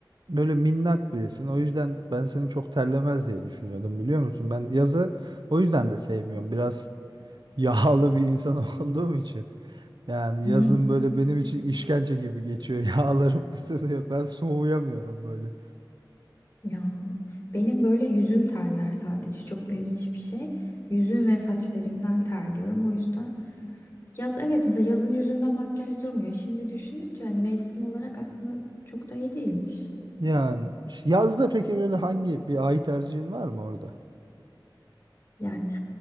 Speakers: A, on the right (about 65°); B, on the left (about 30°).
A: böyle minnak birisin. O yüzden ben seni çok terlemez diye düşünüyordum biliyor musun? Ben yazı o yüzden de sevmiyorum. Biraz <laughs> yağlı bir insan <laughs> olduğum için. Yani
B: <laughs>
A: yazın böyle benim için işkence gibi geçiyor. <laughs> Yağlarım ısınıyor. Ben soğuyamıyorum böyle.
B: Ya benim böyle yüzüm terler sadece. Çok ilginç bir şey. Yüzüm ve saçlarımdan terliyorum. O yüzden yaz evet mesela yazın yüzümde makyaj durmuyor. Şimdi düşününce hani mevsim olarak aslında çok da iyi değilmiş.
A: Yani ş- yazda peki böyle hangi bir ay tercihin var mı orada?
B: Yani